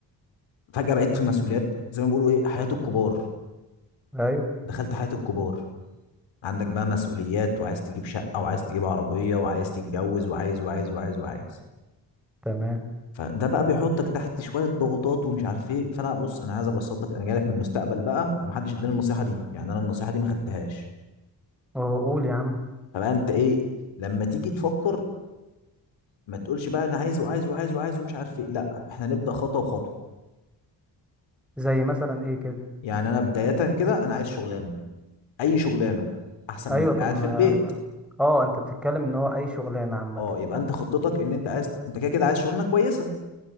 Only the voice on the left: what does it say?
فجأة بقيت في مسؤوليات زي ما بيقولوا ايه حياة الكبار
دخلت حياة الكبار عندك بقى مسؤوليات وعايز تجيب شقة وعايز تجيب عربية وعايز تتجوز وعايز وعايز وعايز وعايز
فده بقى بيحطك تحت شوية ضغوطات ومش عارف ايه فانا بص انا عايز ابسط لك انا جاي لك من المستقبل بقى ومحدش اداني النصيحة دي يعني انا النصيحة دي ما خدتهاش
فبقى انت ايه لما تيجي تفكر ما تقولش بقى انا عايز وعايز وعايز وعايز ومش عارف ايه لا احنا نبدأ خطوة بخطوة
يعني انا بداية كده انا عايز شغلانة اي شغلانة احسن
من انك
قاعد
في البيت
اه يبقى انت خطتك ان انت عايز انت كده كده عايز شغلانة كويسة